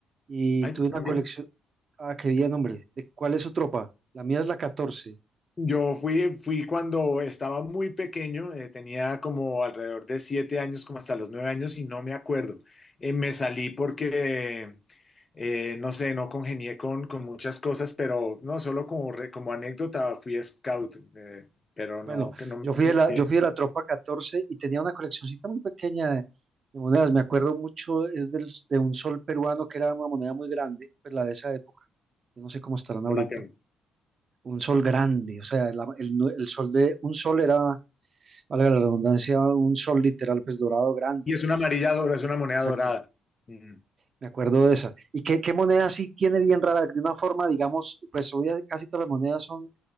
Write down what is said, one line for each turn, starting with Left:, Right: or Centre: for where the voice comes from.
Right: y
Left: Ay,
Right: tuve
Left: tú también.
Right: una colección, ah, qué bien, hombre, ¿de cuál es su tropa? La mía es la catorce
Left: Yo fui, fui cuando estaba muy pequeño, eh, tenía como alrededor de siete años, como hasta los nueve años, y no me acuerdo. Eh, me salí porque, eh, no sé, no congenié con, con muchas cosas, pero no, solo como, re- como anécdota, fui scout, eh, pero no,
Right: Bueno,
Left: que no me...
Right: yo fui
Left: muy
Right: de la,
Left: bien,
Right: yo fui de la tropa 14 y tenía una coleccioncita muy pequeña de, de monedas. Me acuerdo mucho, es del, de un sol peruano que era una moneda muy grande, pues la de esa época. Yo no sé cómo estarán
Left: Yo
Right: ahorita.
Left: la tengo.
Right: Un sol grande, o sea, la- el, nu- el sol de, un sol era, valga la redundancia, un sol literal, pues dorado grande.
Left: Y es una amarilla dorada, es una moneda
Right: Exacto.
Left: dorada. Mm.
Right: Me acuerdo de esa. ¿Y qué, qué moneda sí tiene bien rara? De una forma, digamos, pues hoy ya casi todas las monedas son,